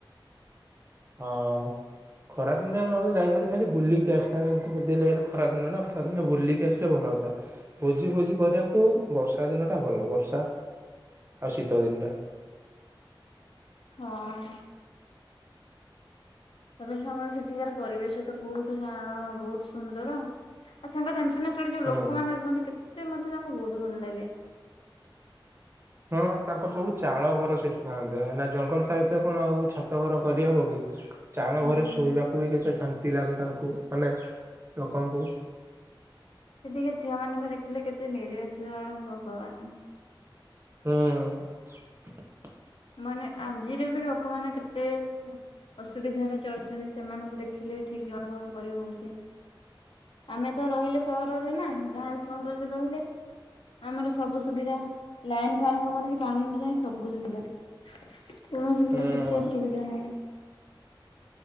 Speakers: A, on the right; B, on the left.
A: ହଁ। ଖରା ଦିନଯାଇକରି ଖାଲି ବୁଲି ଆସିଥାନ୍ତଲେ ଏଇଟ ଖରା ଦିନ ନା ଖରା ଦିନ ବୁଲିକି ଆସି ଭଲ ହତା ଭୋଜି ଭୋଜି କରିବାକୁ ବର୍ଷା ଦିନ ଟା ଭଲ ବର୍ଷା ଆଉ ଶୀତ ଦିନଟା
B: ହଁ। ତାପରେ ସାଙ୍ଗରେ ସେଠିକାର ପରିବେଶ ତ ବହୁତ ସା ବହୁତ ସୁନ୍ଦର ଆଉ ସାଙ୍କ ଦେଞ୍ ଶଳୀ ଯୋଉ
A: ହୁଁ।
B: ଲୋକମାନୋନ ରୁହନ୍ତି କେତେ ମତେ ତାଙ୍କୁ ବହୁତ ଭଲ ଲାଗେ??
A: ହଁ ତାଙ୍କର ସବୁ ଚାଳ ଘର ସେଠି ଥାନ୍ତତା ନା ଜଙ୍ଗଲ ସାଇଡ ରେ କଣ ଆଉ ଛାତ ଘର କରିହବ କି ଚାଳ
B: ହୁଁ।
A: ଘରେ ଶୋଇବାକୁ ବି କେତେ ଶାନ୍ତି ଲାଗେ ତାଙ୍କୁ ମାନେ ଲୋକଙ୍କୁ।
B: ସେଠିକା ର ଝିଅ ମାନଙ୍କୁ ଦେଖିଲେ କେତେ ନିରୀହ ଝିଅ ଭଗବାନ।
A: ହୁଁ।
B: ମାନେ ଆଜିରେ ବି ଲୋକମାନେ କେତେ ଅସୁବିଧାରେ ଚଳୁଛନ୍ତି ସେମାନଙ୍କୁ ଦେଖିଲେ ଠିକ ଅନୁଭବ କରି ହଉଛି। ଆମେ ତ ରହିଲେ ସହରରେ ନା ଗାଁ ସହରରେ ରହିଲେ। ଆମର ସବୁ ସୁବିଧା ଲାଇନଠୁ ଆରମ୍ଭ କରିକି ପାଣି ଯାଏ ସବୁ ସୁବିଧା। କୌଣସିର
A: ହୁଁ
B: କିଛି ଅସୁବିଧା ନାହିଁ।